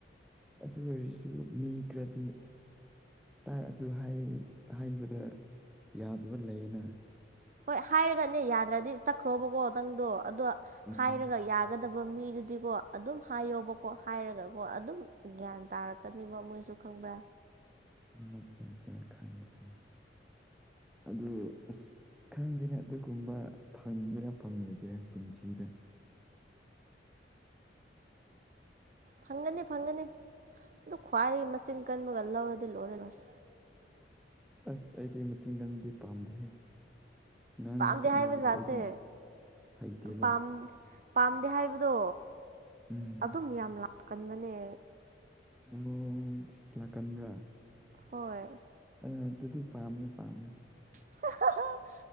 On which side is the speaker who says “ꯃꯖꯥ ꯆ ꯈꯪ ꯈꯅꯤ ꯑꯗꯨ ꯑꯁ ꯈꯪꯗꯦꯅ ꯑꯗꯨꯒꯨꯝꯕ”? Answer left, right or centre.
Centre